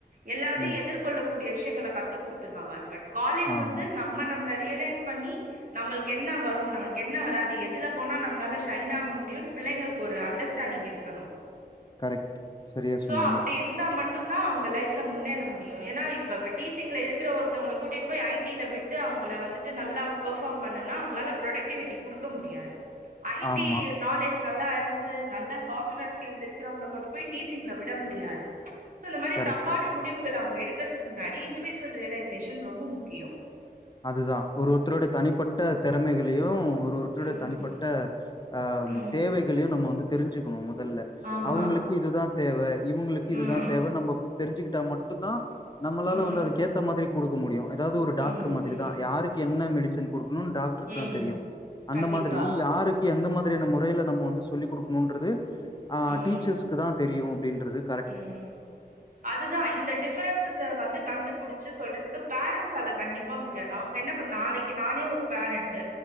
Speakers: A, on the right; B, on the left.
A: எல்லாத்தையு
B: ம்.
A: எதிர்கொள்ளக் கூடிய விஷயங்களை கத்துக் குடுத்துருவாங்க பட் காலேஜ்
B: ஆமா.
A: வந்து நம்ம நம்மள ரியலைஸ் பண்ணி நம்மளுக்கு என்ன வரும் நம்மளுக்கு என்ன வராது எதுல போனா நம்ளால ஷைன் ஆக முடியும் பிள்ளைங்களுக்கு ஒரு அண்டர்ஸண்ட் நீங்க இருக்கணு
B: கரெக்ட். சரியா
A: சோ
B: சொன்னீங்க.
A: அப்டி இருந்து இருந்தா மட்டும் தா அவுங்க லைஃப்ல முன்னேற முடியும் ஏன்னா இப்ப டீச்சிங்ல இருக்குற ஒருத்தவங்க கூட்டிட்டு போய் ஐ டில விட்டு அவங்கள வந்துட்டு நல்லா பெர்பார்ம் பண்ணுனா அவங்களால ப்ரொடக்டிவிட்டி குடுக்க முடியாது ஐடி
B: ஆமா.
A: நாலேஜ் நல்லா அ இருந்து நல்லா சாஃப்ட்வேர் ஸ்கில்ஸ் இருக்கிறவங்கள கொண்டு போய் டீச்சிங்ல விட முடியாது சோ இந்த மாதிரி
B: கரெக்ட்.
A: தப்பான முடிவுகள் அவுங்க எடுக்கறதுக்கு முன்னாடி இண்டுஜுவல் ரியலைசேஷன் ரொம்ப முக்கியம்
B: அதுதா ஒரு ஒருத்தருடைய தனிப்பட்ட திறமைகளையும் ஒரு ஒருத்தருடைய
A: ம்
B: தனிப்பட்ட அ
A: ம்
B: தேவைகளையும் நம்ம வந்து தெரிஞ்சுக்கணும் முதல்ல
A: ஆமா
B: அவுங்களுக்கு இதுதா தேவ இவுங்களுக்கு இதுதா
A: ம்
B: தேவ நம்ம தெரிஞ்சுக்கிட்டா மட்டுந்தா நம்மளால
A: ம்
B: வந்து அதுக்கேத்த மாதிரி குடுக்க முடியும் ஏதாவது ஒரு டாக்டர்
A: ம்
B: மாதிரி
A: ம்
B: தா யாருக்கு என்ன என்ன மெடிசன் குடுக்கணும் டாக்டருக்கு
A: ம்
B: தா தெரியும் அந்த
A: கண்டிப்பா
B: மாதிரி யாருக்கு எந்த மாதிரியான முறையில நம்ம வந்து சொல்லிக் குடுக்கணுன்றது அ
A: ம்
B: டீச்சர்ஸ்க்கு தா தெரியும் அப்டின்றது கரு
A: ம் அதுதா இந்த டிஃபரன்சஸ் வந்து கண்டுபிடிச்சு சொல்றதுக்கு பேரன்ட்ஸ் அத கண்டிப்பா முடியாது அவங்க என்ன பண்ண நாளைக்கு நானே ஒரு பேரண்ட்